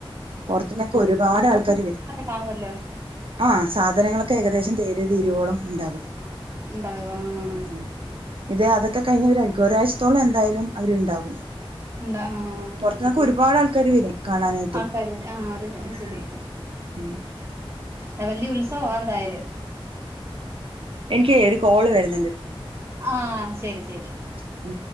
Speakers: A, on the right; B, on the right.
A: പുറത്ത്ന്നൊക്കെ ഒരുപാട് ആൾക്കാര് വരും.
B: കാണുവല്ലോ-
A: ആഹ് സാധനങ്ങളൊക്കെ ഏകദേശം തേര് തീരുവോളം ഇണ്ടാകും
B: ഉണ്ടാകും ആഹ്
A: ഉം. ഇത് അതൊക്കെ കഴിഞ്ഞ് ഇവര് അയിരിക്കും ഒരാഴ്ചത്തോളം എന്തായാലും അവര് ഇണ്ടാകും
B: ഉണ്ട ആഹ്
A: പൊർ ഇതിന്നൊക്കെ ഒരുപാട് ആൾക്കാര് വരും കാണാനായിട്ട്
B: ആൾക്കാര് ആഹ് അത്
A: ഉം
B: ശരി
A: ഉം.
B: അത് വലിയ ഉത്സവാ എന്തായാലും-
A: എനിക്ക് ഒരു കോള് വരുന്ന്
B: ആഹ് ശെരി ശെരി-
A: ശരി. ഉം